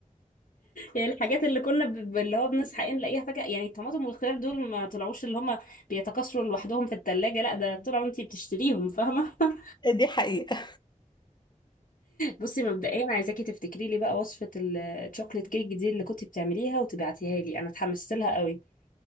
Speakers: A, on the left; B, on the left.
A: الحاجات اللي كنا ب- ب- اللي هو بنصحى ايه نلاقيها فجأة يعني الطماطم والخيار دول ما طلعوش اللي هما بيتكاثروا لوحدهم في التلاجة لا ده طلعوا انتي بتشتريهم فاهمة <laughs>
B: <laughs> دي حقيقة
A: بصي مبدئيا عايزاكي تفتكري لي بقى وصفة الشوكليت كيك دي اللي كنتي بتعمليها وتبعتيها لي انا اتحمست لها قوي